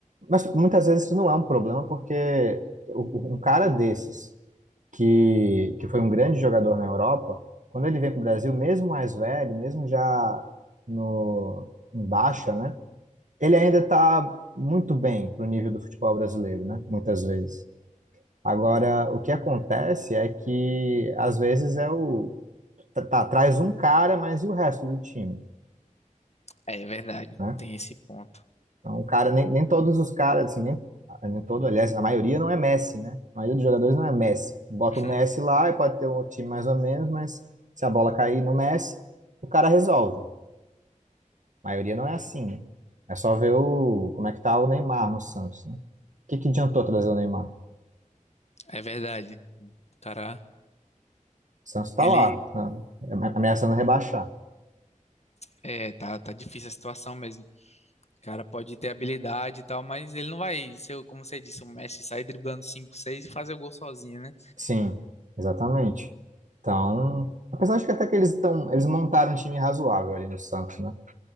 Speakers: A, on the right (about 65°); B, on the left (about 55°).
A: Mas muitas vezes isso não é um problema, porque o- o- um cara desses, que, que foi um grande jogador na Europa, quando ele vem para o Brasil, mesmo mais velho, mesmo já no, em baixa, né? Ele ainda tá muito bem pro nível do futebol brasileiro, né? Muitas vezes. Agora, o que acontece é que às vezes é o tá, tá, traz um cara, mas e o resto do time,
B: É verdade,
A: né?
B: tem esse ponto.
A: Então, o cara nem, nem todos os caras assim, nem, nem todo, aliás, a maioria não é Messi, né? A maioria dos jogadores não é Messi. Bota
B: <laughs>
A: o Messi lá e pode ter um time mais ou menos, mas se a bola cair no Messi, o cara resolve. A maioria não é assim, né? É só ver o como é que tá o Neymar no Santos, né? O que que adiantou trazer o Neymar? O
B: É verdade. O cara,
A: Santos tá
B: ele
A: lá, né? ameaçando rebaixar.
B: é, tá, tá difícil a situação mesmo. O cara pode ter habilidade e tal, mas ele não vai ser, o- como você disse, o Messi sair driblando 5, 6 e fazer o gol sozinho, né?
A: Sim, exatamente. Então, apesar de que até que eles estão, eles montaram um time razoável ali no Santos, né?